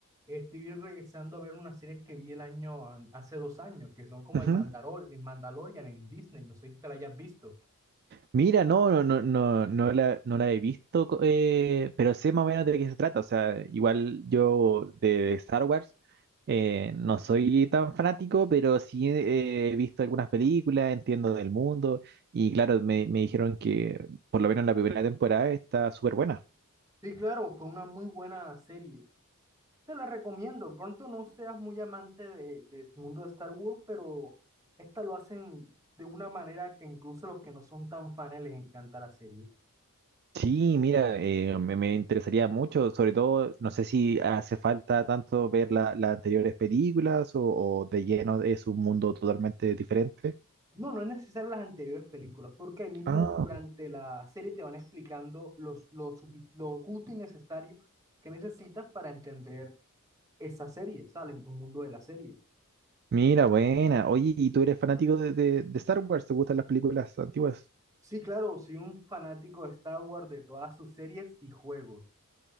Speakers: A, on the right (about 15°); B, on the right (about 45°).
A: estoy regresando a ver una serie que vi el año, an- hace dos años, que son como
B: Ujú.
A: el Mandarol, el Mandalorian en Disney. No sé si te la hayas visto.
B: Mira, no, no, no, no, no la, no la he visto, co- eh, pero sé más o menos de qué se trata. O sea, igual yo de Star Wars eh, no soy tan fanático, pero sí eh, he visto algunas películas, entiendo del mundo, y claro, me, me dijeron que por lo menos la primera temporada está súper buena.
A: Sí, claro, fue una muy buena serie. Te la recomiendo. Pronto no seas muy amante de, del mundo de Star Wars, pero esta lo hacen de una manera que incluso los que no son tan fans les encanta la serie.
B: Sí, mira, eh, me, me interesaría mucho, sobre todo, no sé si hace falta tanto ver la- las anteriores películas o, o de lleno es un mundo totalmente diferente.
A: No, no es necesario las anteriores películas, porque ahí mismo
B: Ah,
A: durante la serie te van explicando los, los sufic- lo justo y necesario que necesitas para entender esa serie, ¿sale? El mundo de la serie.
B: mira, buena. Oye, ¿y tú eres fanático de, de- de Star Wars? ¿Te gustan las películas antiguas?
A: Sí, claro, soy un fanático de Star Wars, de todas sus series y juegos.